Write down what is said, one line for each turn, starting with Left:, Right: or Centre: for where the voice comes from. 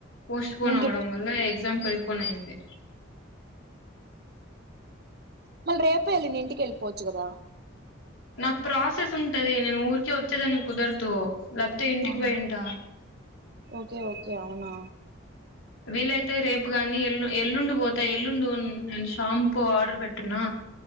Left: పోస్ట్ పోన్
Right: ఇంకెప్
Left: అవడంల్ ఎక్జాల్ పొయిపోనాయింది
Right: మళ్ రేప ఎళ్ నింంటిుకిెళ్పు పోజుకుదా
Left: నాకు ప్రాసెస్ ఉంటది నేను ఊరికే వచ్చేదానికి కుదరతూ లబ్ధ ఇంటికి
Right: ఆహా
Left: పోయింట
Right: ఓకే ఓకే అవునా
Left: వీలైతే రేపు కాని ఎల్లు ఎల్లుండి పోతా ఎల్లుండు నేను షాంపూ ఆర్డర్ పెట్టినా